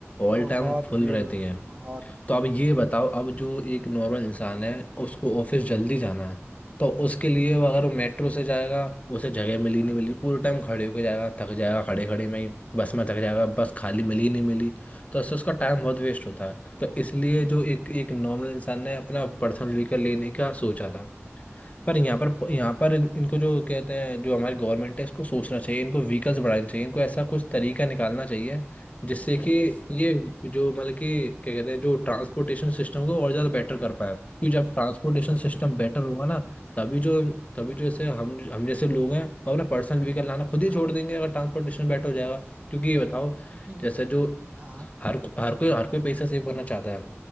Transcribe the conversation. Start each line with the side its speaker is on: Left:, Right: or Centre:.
Left: ऑल
Right: बहुत
Left: टाइम फुल
Right: भीड़
Left: रहती
Right: होती
Left: हैं
Right: है बहुत भीड़
Left: तो अब ये बताओ अब जो एक नॉर्मल इंसान है उसको ऑफिस जल्दी जाना है तो उसके लिए वो अगर मेट्रो से जाएगा उसे जगह मिली नहीं मिली पूरे टाइम खड़े होके जाएगा थक जाएगा खड़े खड़े में ही बस में थक जाएगा बस खाली मिली ही नहीं मिली तो उससे उसका टाइम बहुत वेस्ट होता है तो इसलिए जो एक एक नॉर्मल इंसान ने अपना पर्सनल व्हीकल लेने का सोचा था पर यहाँ पर यहाँ पर इन- इनको जो कहते हैं जो हमारी गवर्नमेंट है इसको सोचना चाहिए इनको व्हीकल्स बढ़ाने चाहिए इनको ऐसा कुछ तरीका निकालना चाहिए जिससे कि ये जो मतलब कि क्या कहते हैं जो ट्रांसपोर्टेशन सिस्टम को और ज़्यादा बेटर कर पाए क्योंकि जब ट्रांसपोर्टेशन सिस्टम बेटर होगा ना तभी जो तभी जो ऐसे हम हम जैसे लोग हैं वो अपना पर्सनल व्हीकल लाना खुद ही
Right: हाँ
Left: छोड़ देंगे अगर ट्रांसपोर्टेशन बेटर हो जाएगा क्योंकि ये बताओ
Right: क्योंकि
Left: जैसे जो
Right: हाँ,
Left: हर हर कोई हर कोई पैसा सेव करना चाहता है